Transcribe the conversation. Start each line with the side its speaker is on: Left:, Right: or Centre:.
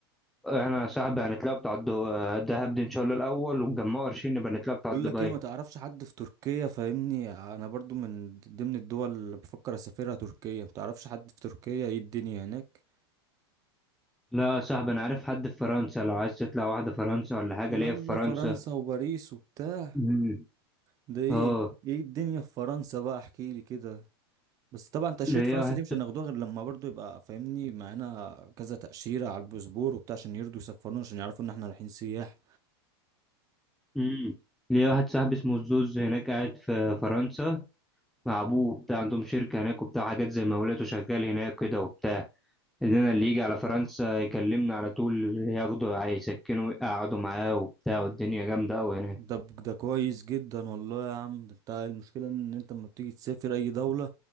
Centre: احنا يا صاحبي هنطلع بتاع الدو- الدهب دي ان شاء الله الاول ونجمعه قرشين نبقى نطلع بتاع
Right: بقول
Centre: دبي
Right: لك ايه ما تعرفش حد في تركيا فاهمني انا برضو من ضمن الدول اللي بفكر اسافرها تركيا ما تعرفش حد في تركيا ايه الدنيا هناك
Centre: لا يا صاحبي انا عارف حد في فرنسا لو عايز تطلع واحده فرنسا ولا حاجه
Right: يلا
Centre: ليا في فرنسا
Right: فرنسا وباريس وبتاع
Centre: مم.
Right: ده ايه
Centre: اه
Right: ايه الدنيا في فرنسا بقى احكيلي كده بس طبعا تأشيرة
Centre: ليا
Right: فرنسا
Centre: واحد
Right: دي مش هناخدوها غير لما برضو يبقى فاهمني معانا كذا تأشيرة على الباسبور وبتاع عشان يرضوا يسفرونا عشان يعرفوا ان احنا رايحين سياح
Centre: امم ليا واحد صاحبي اسمه زوز هناك قاعد في فرنسا مع ابوه بتاع عندهم شركة هناك وبتاع حاجات زي مولات شغال هناك كده وبتاع اننا اللي يجي على فرنسا يكلمنا على طول ياخده يسكنه ويقعدوا معاه وبتاع والدنيا جامدة قوي هناك
Right: ده ده كويس جدا والله يا عم ده انت المشكلة ان انت لما بتيجي تسافر اي دولة